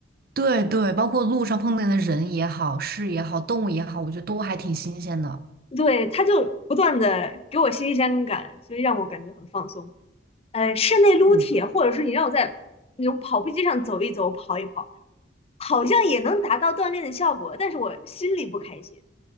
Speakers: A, on the right; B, on the left.
A: 对对，包括路上碰见的人也好，事也好，动物也好，我觉得都还挺新鲜的。
B: 对，它就不断的给我新鲜感，所以让我感觉很放松。呃，室内撸铁，
A: 嗯。
B: 或者是你让我在那种跑步机上走一走、跑一跑，好像也能达到锻炼的效果，但是我心里不开心。